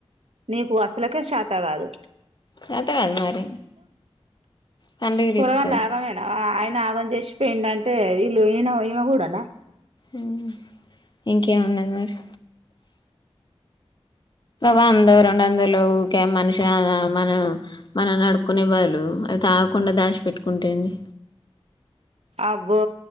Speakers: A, on the right; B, on the left.
A: నీకు అసలకే షేత గాదు
B: చేతకాదు మరి కళ్ళకి
A: పోరగాళ్ళు
B: తిత్తది
A: ఆగమేనా ఆయ నాగం జేసిపోయిండంటే వీళ్ళు ఈయన ఈమె గూడనా
B: ఉమ్ ఇంకేమున్నది మరి వందో రెండొందలో ఊకె మనిషి కాదా మనం మనల్ని అడుక్కునే బదులు వాళ్ళు తాగకుండ దాచి పెట్టుకుంటేంది
A: అబ్బో